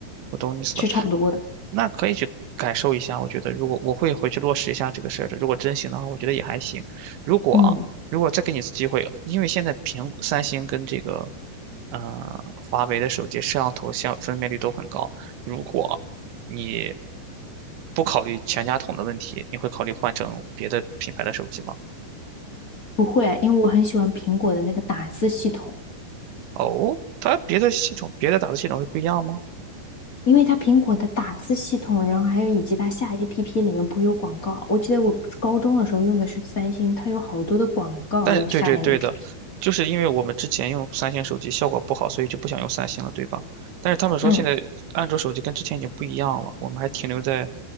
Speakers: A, on the right (about 80°); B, on the left (about 35°).
A: 我懂你意思了。
B: 是差不多的。
A: 那可以去感受一下。我觉得，如果我会回去落实一下这个设置，如果真行的话，我觉得也还行。如果啊，
B: 嗯，
A: 如果再给你一次机会，因为现在苹三星跟这个呃华为的手机摄像头像分辨率都很高，如果你不考虑全家桶的问题，你会考虑换成别的品牌的手机吗？
B: 不会啊，因为我很喜欢苹果的那个打字系统，
A: 哦，它别的系统、别的打字系统会不一样吗？
B: 因为它苹果的打字系统，然后还有以及它下 APP 里面不会有广告。我记得我高中的时候用的是三星，它有好多的广告要下那个
A: 但对对对的，
B: APP。
A: 就是因为我们之前用三星手机效果不好，所以就不想用三星了，对吧？但是他们说现在安卓手机跟之前已经不一样了，
B: 嗯
A: 我们还停留在